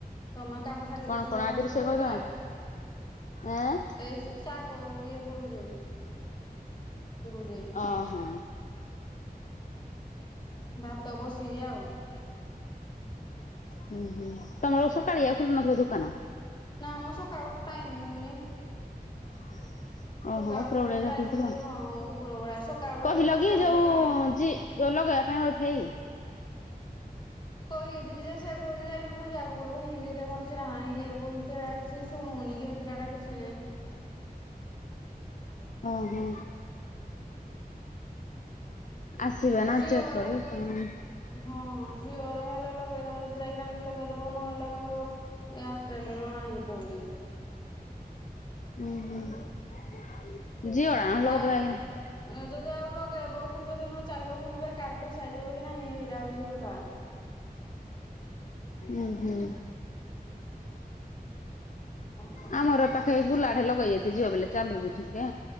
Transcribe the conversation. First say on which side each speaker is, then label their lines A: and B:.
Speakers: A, on the left; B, on the left.
A: ତମେ କାମ ସାରିକିନା
B: କଣ
A: ସବୁ
B: କଣ ଆଜି ରୋଷେଇ
A: ଆୁଲ
B: କରିଦବ
A: ହେଇକିରା
B: ଏଁ
A: ଏଇ ଶାଗ ଇଏ କରୁଛି କରୁଛି।
B: ଅ ହଁ।
A: ଭାତ ବସେଇଛିଯ ଆଉ
B: ହୁଁ ହୁଁ ତମର ସକାଳେଆୟ ଖୁଲୁ ନଥିଲଦୋକାନ।
A: ନା ମୁଁ ସକାଳ ଟାଇମ ହଉନି।
B: ହଁ <unintelligible>
A: ସକାଳୁ
B: ଓହୋ ପ୍ରଭଳିଆ
A: କେତେବେଳେ
B: ଯା
A: ଟାଇମ
B: ଖିବ
A: ହଉଛି ହଁ ଉପର ବେଳା ସକାଳୁ
B: କହିଲ
A: ହେଲେ ଦଶଟା
B: କି
A: ବେଳକୁ
B: ଯୋଉ
A: କରି
B: ଯି ଜୋଲଗବା ପାଇଁ ଭ ଫାଇ <unintelligible>
A: କହିଥିଲି ଯେ ସେ କହୁଛି ଯାଇନା ବୁଝିବାକୁ ପଡିବ ହିନ୍ଦ କେୁଛି ନାାଇଁ ଏ କହୁଛି ସେଇଟା କିଛି ଏଶୁଣୁନି ଏ ପିଲା ଟା କିଛି ନାହିଁ।
B: ଓ ହୋ। ଆସିବେ ନା
A: ଜିଓର
B: ଚେକ୍ କରିବେ
A: ହଁ ଝିଅର ହେଲେ ଲଗେଇଦବ ଯଦି ଯାଇକିନା ଲଗେଇଦବ ନହେଲେ ଆ ଏୟାରଟେଲର ନାହିଁ କହୁଜି।
B: ହୁଁ, ହୁଁ ଝିଅଡା ଲଗେଇଦବା
A: ଆଉ
B: <unintelligible>
A: ଯଦି ଆଉ ଲଗେଇବ ପୁଣି ଯଦି ନ ଚାଲିବ ପୁଣିି ବେକାର ପଇସା ଯିବ କି ନାହିଁ ଏଇଟା ହଉଛି କଥା।
B: ଉଁ ହୁଁ।
A: କଣ ଆଉ।
B: ଆମର ଏ ପାଖ ଏଇ ଗୁଲା ଢ଼େ ଲଗେଇଜିତି ଜିଅ ବଲେ ଚାଲୁଛି ଠିକରେ